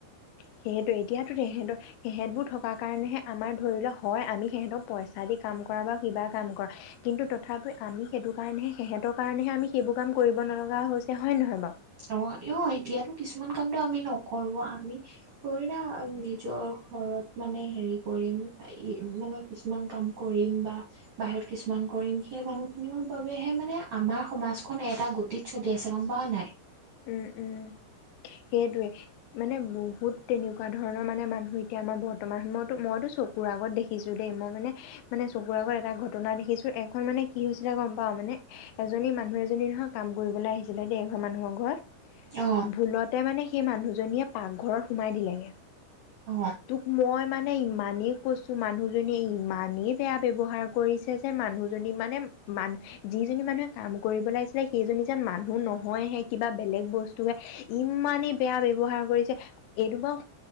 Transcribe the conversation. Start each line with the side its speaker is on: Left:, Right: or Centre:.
Left: সেইয়েতো এতিয়াতো তেহেঁতৰ তেহেঁত বোৰ থকা কাৰণেহে আমাৰ ধৰি লোৱা হয়। আমি সিহঁতক পইচা দি কাম কৰা বা কিবা কাম কৰা কিন্তু তথাপিও আমি সেইটো কাৰণেহে সিহঁতৰ কাৰণেহে আমি সেইবোৰ কাম কৰিব নলগা হৈছে হয় নহয় বাৰু
Right: অ অ এতিয়াতো কিছুমান কামটো আমি নকৰো আমি থৰে না নিজৰ ঘৰত মানে হেৰি কৰিম মানে কিছুমান কাম কৰিম বা বাহিৰত কিছুমান কৰিম সেই মানুহখিনিৰ বাবেহে মানে আমাৰ সমাজখন এটা গতিত চলি আছে গম পোৱা নাই।
Left: উম উম সেইটোৱে মানে বহুত তেনেকুৱা ধৰণৰ মানে মানুহ এতিয়া আমাৰ বৰ্তমান সময়তো মইতো চকুৰ আগত দেখিছো দেই মই মানে মানে চকুৰ আগত এটা ঘটনা দেখিছো এঘৰ মানে কি হৈছিলে গম পাওঁ মানে এজনী মানুহ এজনী নহয় কাম কৰিবলৈ আহিছিলে দেই এঘ মানুহৰ ঘৰত <inaudible>
Right: অ
Left: ভুলতে মানে সেই মানুহ জনীয়ে পাকঘৰৰত সোমাই দিলেগে
Right: অ
Left: তোক মই মানে ইমানেই কৈছো মানুহজনীয়ে ইমানেই বেয়া ব্যৱহাৰ কৰিছে যে মানুহজনী মানে মানু যিজনী মানুহে কাম কৰিব আহিছিলে সেইজনী যেন মানুহ নহয়হে কিবা। বেলেগ বস্তুৱে ইমানেই বেয়া ব্যৱহাৰ কৰিছে এইটো বাৰু